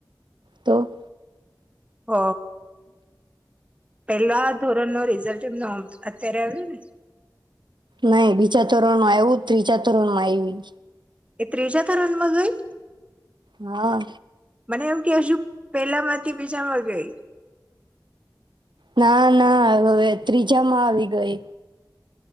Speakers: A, on the right; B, on the right.
A: તો
B: હ પેલો આ ધોરણ નો રિઝલ્ટ એમનો અત્યારે આવ્યો ને
A: નહી બીજા તોરણ માં આવું જ ત્રીજા તોરણ માં આવી
B: એ ત્રીજા ધરણમાં ગઈ
A: હા.
B: એમ કે શું પેલા માંથી બીજામાં ગઈ.
A: ના ના હવે ત્રીજામાં આવી ગઈ